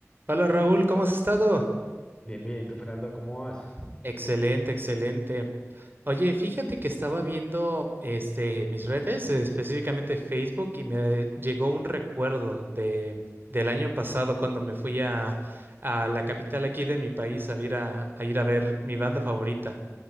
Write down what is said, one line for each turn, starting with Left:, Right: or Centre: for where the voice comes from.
Right: Hola Raúl, ¿cómo has estado?
Left: Bien, bien. ¿Y tú, Fernando, cómo vas?
Right: Excelente, excelente. Oye, fíjate que estaba viendo este, mis redes, eh, específicamente Facebook, y me llegó un recuerdo de, del año pasado cuando me fui a, a la capital aquí de mi país a ir a, a ir a ver mi banda favorita,